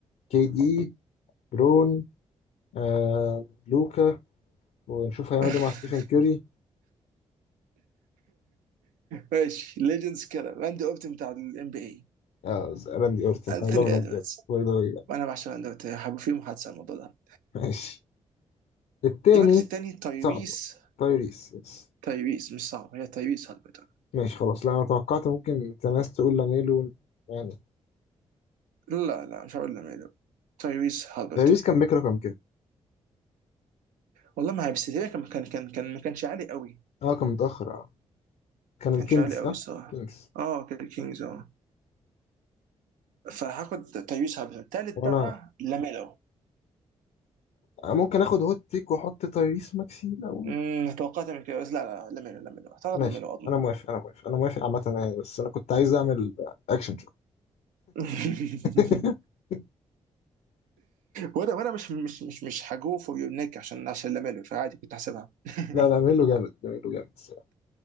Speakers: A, on the left; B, on the right.
A: كي دي برون آه لوكا ونشوف هيعمل
B: <laughs>
A: إيه مع ستيفن كيري
B: ماشي ليجندز كده راندي اورتن بتاع الام بي اي
A: آه راندي أورتن
B: انثوني
A: أي لاف راندي
B: ادواردز
A: أورتن باي ذا واي
B: وانا بعشق راندي اورتن هبقى في محادثه عن الموضوع ده
A: ماشي التاني
B: المركز الثاني تايريس
A: صعبة تايريس يس
B: تايريس مش صعب هي تايريس هالبرتون
A: ماشي خلاص لا أنا توقعت ممكن أنت ناس تقول لاميلو يعني
B: لا لا مش هقول لميلو تايريس هالبرتون
A: تايريس كان بيكره كام كده
B: والله ما هيبس ليه، كان كان كان كان ما كانش عالي قوي
A: أه كان متأخر أه كان
B: كانش
A: الكينجز
B: عالي
A: صح؟
B: قوي الصراحه
A: كينجز
B: اه كان كينجز اه فهاخد تايوس هابرتون تالت
A: وأنا
B: بقى لاميلو
A: أنا ممكن اخد هوت تيك واحط تايريس ماكسي الاول
B: امم توقعت من كده بس لا لا لاميلو لاميلو اعتقد
A: ماشي
B: لاميلو اضمن
A: انا موافق انا موافق انا موافق عامه يعني بس انا كنت عايز اعمل اكشن شو
B: <laughs>
A: <laughs>
B: وانا وانا مش مش مش مش هجو فور يور نيك عشان عشان لاميلو فعادي كنت هحسبها <laughs>
A: لا لا ميلو جامد ميلو جامد الصراحه